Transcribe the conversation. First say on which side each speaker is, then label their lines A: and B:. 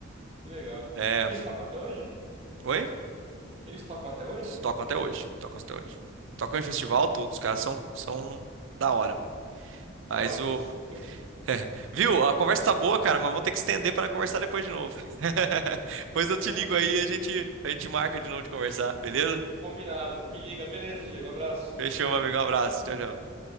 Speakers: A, on the right; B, on the right.
A: Que legal.
B: É.
A: Eles tocam até hoje?
B: Oi?
A: Eles tocam até hoje?
B: Tocam até hoje. Tocam até hoje. Tocam em festival, tudo. Os caras são, são da hora. Mas
A: Jovens.
B: o. <laughs> Viu? A conversa tá boa, cara, mas vamos ter que estender para conversar depois de novo. <laughs> Depois eu te
A: Tranquilo.
B: ligo aí e a gente, a gente marca de novo de conversar, beleza?
A: Combinado. Me liga. Beleza, Diego. Abraço.
B: Fechou, meu amigo. Um abraço. Tchau, tchau.